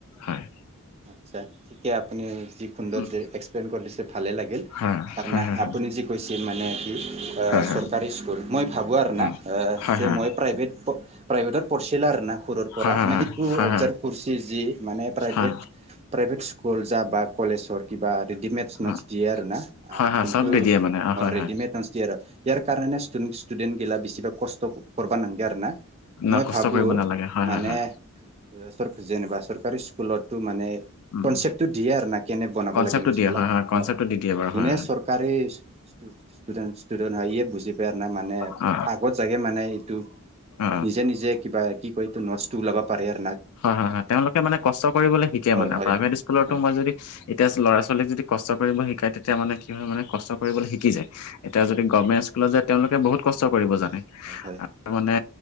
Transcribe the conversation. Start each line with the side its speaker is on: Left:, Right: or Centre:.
Left: হয়।
Right: <unintelligible> ঠিকে আপুনি যি সুন্দৰ
Left: উম,
Right: দৰে এক্সপ্লেন কৰিছে ভালে লাগিল।
Left: হয় হয় হয়
Right: আপুনি যি কৈছে মানে কি
Left: হয় হয়
Right: চৰকাৰী স্কুল মই ভাবোঁ আৰু
Left: উম
Right: না,
Left: হয়
Right: যে
Left: হয়
Right: মই প্ৰাইভেট-প্ৰাইভেটত পঢ়ছিলোঁ আৰু না সৰুৰ পৰা
Left: হয় হয়
Right: মানে
Left: হয়
Right: এইটো
Left: হয়
Right: অবজাৰ্ভ কৰিছে যি মানে
Left: হয়
Right: প্ৰাইভেট প্ৰাইভেট স্কুল যাবা কলেজৰ কিবা ৰেডিমেড
Left: হয়
Right: নটচ দিয়ে আৰু না,
Left: হয় হয়
Right: কিন্তু
Left: চব দি
Right: অ',
Left: দিয়ে মানে হয়
Right: ৰেডিমেড
Left: হয়
Right: নটচ দিয়ে আৰু ইয়াৰ কাৰণে স্তুদ ষ্টুডেণ্ট গেলা বেছিভাগ কষ্ট কৰব <unintelligible> আৰু না।
Left: ন
Right: মই
Left: কষ্ট
Right: ভাবোঁ
Left: কৰিব নালাগে হয়
Right: মানে
Left: হয় হয়
Right: চৰ-যেনিবা চৰকাৰী স্কুলতো মানে
Left: উম
Right: কনচেপটো দিয়ে আৰু না, কেনে বনাব
Left: কনচেপ্টটো
Right: লাগে <unintelligible>
Left: দিয়ে কনচেপ্টটো
Right: হয়।
Left: দি দিয়ে বাৰু
Right: যোনে
Left: হয়
Right: চৰকাৰী <unintelligible> ষ্টুডেণ্টচ, ষ্টুডেণ্টচ হয়, হিয়ে বুজি পাই না মানে
Left: অ
Right: আগত <unintelligible> মানে এইটো
Left: অ
Right: নিজে, নিজে কিবা কি কয় এইটো <unintelligible> লগাব পাৰে য়াত
Left: হয়, হয়, হয়, তেওঁলোকে মানে কষ্ট কৰিবলৈ শিকে,
Right: হয়
Left: মানে
Right: হয়
Left: প্ৰাইভেট ইস্কুলতো
Right: হয় হয়
Left: মই যদি এতিয়া ল'ৰা ছোৱালীক যদি কষ্ট কৰিব শিকায় তেতিয়া মানে কি হয়, মানে কষ্ট কৰিবলৈ শিকি যায়। এতিয়া
Right: হয়
Left: যদি গভৰ্মেন্ট স্কুলত যায়, তেওঁলোকে বহুত কষ্ট কৰিব জানে
Right: হয় হয় হয়
Left: মানে